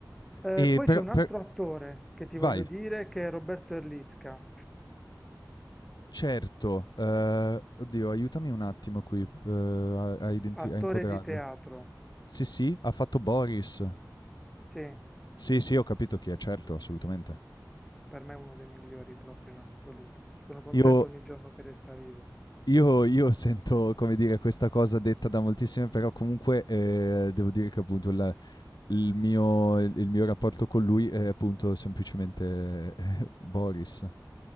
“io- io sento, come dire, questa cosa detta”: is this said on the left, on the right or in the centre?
Left